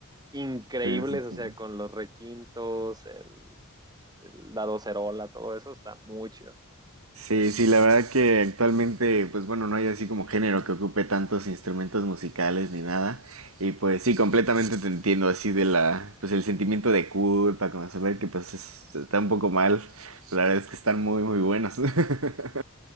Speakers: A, on the right; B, on the right.
A: increíbles,
B: sí.
A: o sea, con los requintos, el, el- la docerola, todo eso está muy chido. <laughs>
B: Sí, sí, la verdad que actualmente, pues bueno, no hay así como género que ocupe tantos instrumentos musicales ni nada. Y pues sí, completamente te entiendo así de la, pues el sentimiento de culpa, como saber que pues es- está un poco mal. La verdad es que están muy, muy buenos. <laughs>